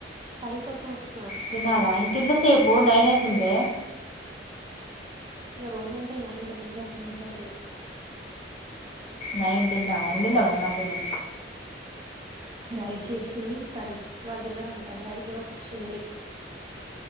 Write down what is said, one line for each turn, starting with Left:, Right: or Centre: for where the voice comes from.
Right: కర్రీ కోసం వచ్చి
Left: తినాల ఇంకెంత సేపు నైన్ అయితుంటే
Right: ఇగ రోజు అంతే నైన్ టెన్ ఏగ తినే సరికి
Left: నైన్ టెన్ ఆ వండింద మీ అమ్మ అసలు
Right: రైస్ ఎసింది కర్రీకి వాళ్ళు దినరంట డాడీకెమో ఫిష్ ఉంది